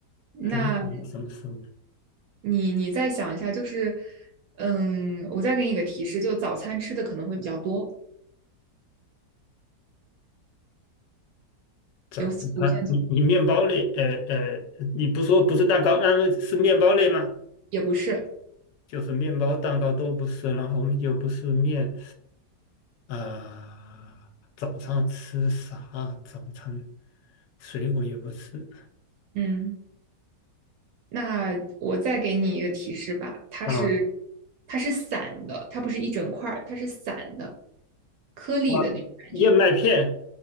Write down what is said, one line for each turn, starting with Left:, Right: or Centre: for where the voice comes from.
Right: 那
Left: 还能有什么食物？
Right: 你你再想一下，就是，嗯，我再给你一个提示，就早餐吃的可能会比较多，
Left: 早餐，
Right: 有有限组，
Left: 你你面包类，呃呃，你不说不是蛋糕，那么是面包类吗？
Right: 也不是，
Left: 就是面包、蛋糕都不是，然后又不是面，啊、早上吃啥？早餐水果也不吃，
Right: 嗯，那我再给你一个提示吧，它是
Left: 啊
Right: 它是散的，它不是一整块儿，它是散的，颗粒的那种感觉。
Left: 啊，燕麦片，